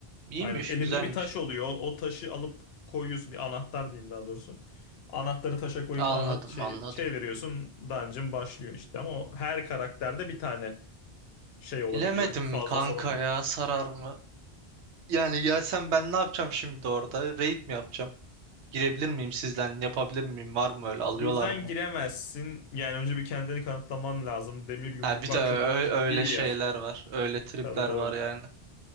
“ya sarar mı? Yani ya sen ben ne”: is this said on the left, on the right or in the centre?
Right